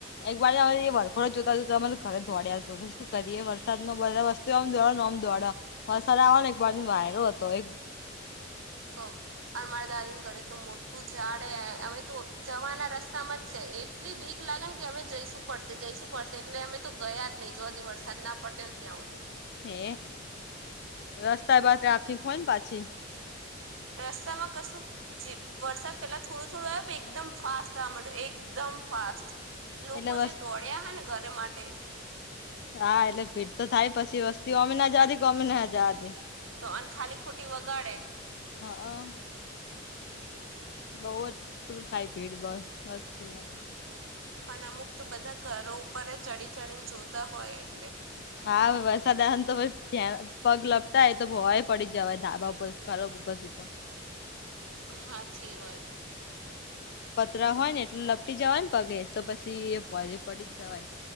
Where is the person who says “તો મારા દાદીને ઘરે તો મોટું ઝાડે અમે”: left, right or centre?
Right